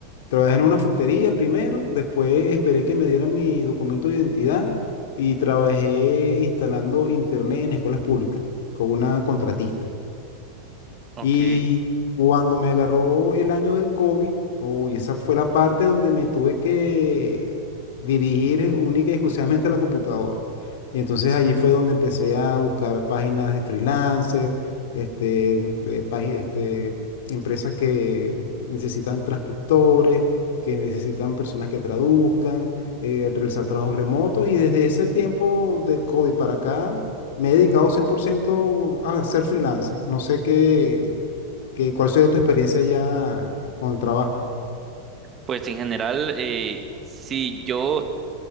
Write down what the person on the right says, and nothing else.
ok.
Pues en general, eh, sí, yo,